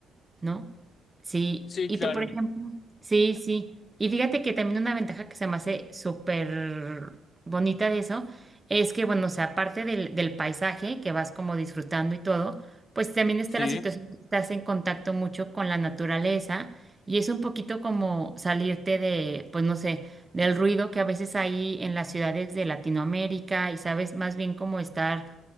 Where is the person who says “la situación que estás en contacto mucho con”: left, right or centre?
Right